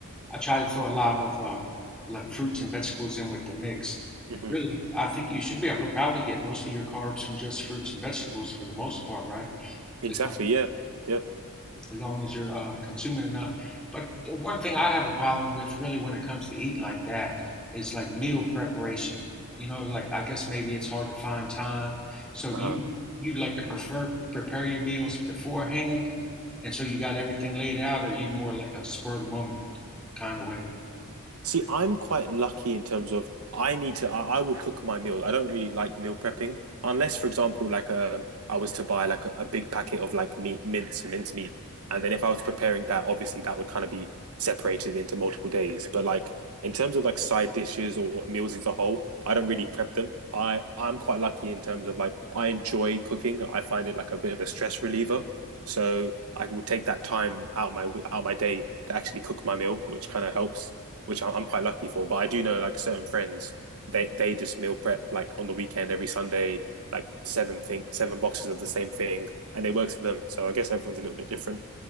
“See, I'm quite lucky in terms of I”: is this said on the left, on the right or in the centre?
Right